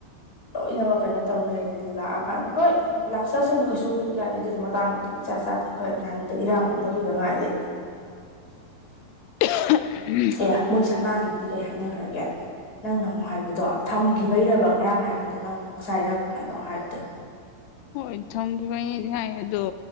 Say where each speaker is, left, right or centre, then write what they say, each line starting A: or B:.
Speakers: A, on the left; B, on the left.
A: ꯂꯣꯏꯅꯃꯛ ꯀꯩꯅꯣ ꯇꯧꯅꯩꯁꯤꯗ ꯂꯥꯛꯑꯀꯥꯟꯗ ꯍꯣꯏ ꯂꯥꯛꯆꯁꯅꯨ ꯀꯩꯁꯨꯕꯨꯗꯤ ꯀꯥꯏꯗꯦ ꯑꯗꯨꯁꯨ ꯃꯇꯥꯡ ꯃꯇꯝ ꯏꯆꯥ ꯆꯥꯗ꯭ꯔ ꯈꯔ ꯅꯍꯥꯟꯗ ꯏꯔꯥꯡ ꯍꯧꯅꯈꯤꯕꯗ ꯉꯥꯏꯔꯦ <unintelligible>
B: ꯎꯝ
A: ꯑꯦ ꯃꯣꯏ ꯁꯅꯥꯒꯤꯗꯨꯗꯤ ꯀꯩ ꯍꯥꯏꯅꯈ꯭ꯔꯒꯦ ꯅꯪꯅ ꯑꯃꯨꯛ ꯍꯥꯏꯕꯗꯣ ꯊꯝꯈꯤꯕꯩꯔꯕ ꯉꯔꯥꯡ ꯍꯥꯏꯕꯗꯣ ꯅꯪꯅ ꯉꯁꯥꯏꯔꯛ ꯀꯥꯏꯅꯣ ꯍꯥꯏꯕꯗꯣ
B: ꯍꯣꯏ ꯊꯝꯈꯤꯕꯒꯤꯅꯦ ꯗꯤ ꯍꯥꯏꯌꯦ ꯑꯗꯣ